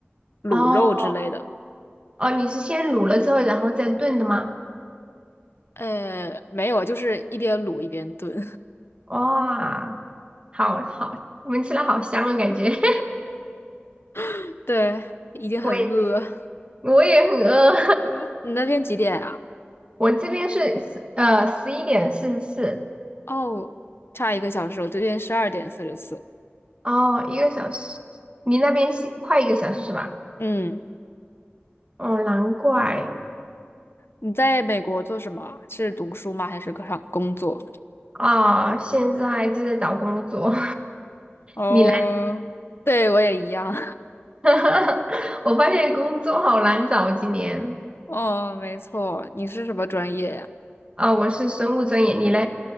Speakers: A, on the left (about 70°); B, on the right (about 25°).
A: 卤肉之类的。
B: 哦哦，你是先卤了之后，然后再炖的吗？
A: 呃，没有，就是一边卤一边炖。
B: 哇，好好，闻起来好香啊，感觉。<laughs>
A: <laughs> 对，已经很饿了。
B: 我也我也很饿，
A: 呃你那边几点啊？
B: <laughs> 我这边是十呃十一点四十四，
A: 哦，差一个小时，我这边十二点四十四。
B: 哦，一个小时，你那边是快一个小时是吧？
A: 嗯，
B: 哦，难怪
A: 你在美国做什么？是读书吗？还是上工作？
B: 啊，现在就在找工作，
A: 哦，
B: <laughs> 你来，
A: 对，我也一样。
B: <laughs> 我发现工作好难找今年
A: <laughs> 哦，没错，你是什么专业呀？
B: 啊，我是生物专业，你呢？